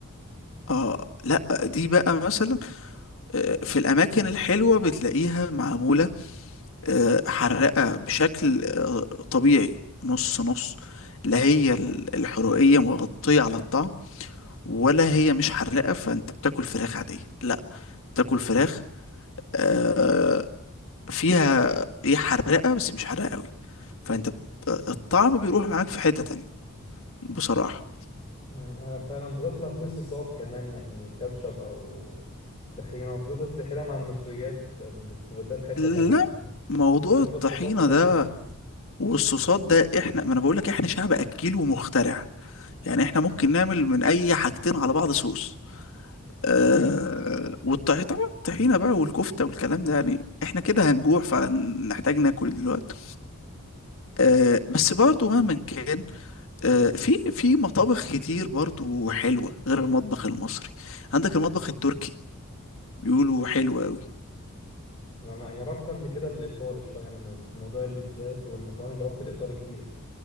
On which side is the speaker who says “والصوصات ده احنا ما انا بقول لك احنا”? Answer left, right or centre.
Left